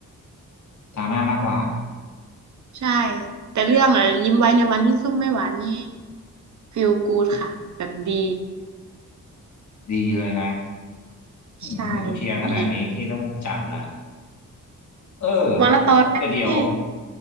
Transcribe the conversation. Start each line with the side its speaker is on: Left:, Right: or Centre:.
Left: ดราม่ามากกว่า
Right: ใช่แต่เรื่องอะยิ้มไว้ในวันที่ส้มไม่หวานนี่ฟีลกู o ดค่ะแบบดี
Left: ดีเลยนะอืมเพียร์ขนาดนี้พี่ต้องจัดละ
Right: ใช่ดี
Left: เออ
Right: วันละตอนนมพี่
Left: แต่เดี๋ยว